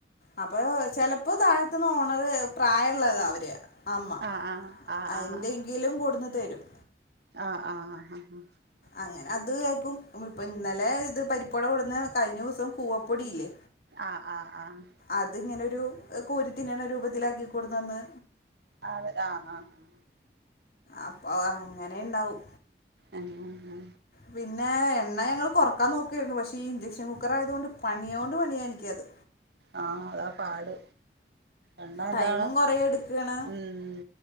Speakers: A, on the left; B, on the right.
A: അപ്പൊ ചെലപ്പോ താഴത്തന്ന് ഓണറ് പ്രായള്ളതാ അവര് അമ്മ
B: ആ ആ ആ ആ
A: എന്തെങ്കിലും കൊടുന്ന് തരും
B: ആഹ് ആഹ് ആഹ് ആഹ്
A: അങ്ങനെ അത് കേക്കും ഇപ്പൊ ഇന്നലെ ഇത് പരിപ്പ് വട കൊടന്ന് കഴിഞ്ഞ ദിസം കൂവപ്പൊടിയില്ലേ
B: ആഹ് ആഹ് ആഹ്
A: അത് ഇങ്ങനെരു കോരിത്തിന്നണ രൂപത്തിലാക്കിക്കൊടുന്നന്ന്
B: അതെ ആഹ് ആഹ് ആഹ്
A: അപ്പൊ അങ്ങനെ ഇണ്ടാവും
B: ഏഹ് ആഹ്
A: പിന്നെ എണ്ണ ഞങ്ങള് കൊറക്കാൻ നോക്കായിരുന്നു പക്ഷെ ഈ ഇൻചക്ഷൻ കുക്കർ ആയതോണ്ട് പണിയൊണ്ട് പണിയാ എനിക്കത്
B: ആഹ് അതാ പാട് എണ്ണ
A: ടൈമും
B: ഇതാണ്
A: കൊറേ എടുക്കാണ്
B: ഉം